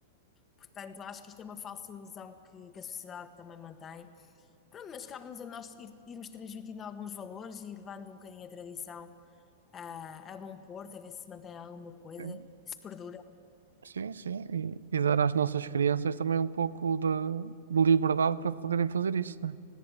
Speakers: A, on the left; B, on the right.
A: Portanto, eu acho que isto é uma falsa ilusão que, que a sociedade também mantém. Pronto, mas cabe-nos a nós ir- irmos transmitindo alguns valores e levando um bocadinho a tradição ah, a bom porto, a ver se se mantém alguma coisa,
B: Sim,
A: se perdura.
B: sim, sim. sim. E, e dar às nossas crianças também um pouco de, de liberdade para poderem fazer isso, né?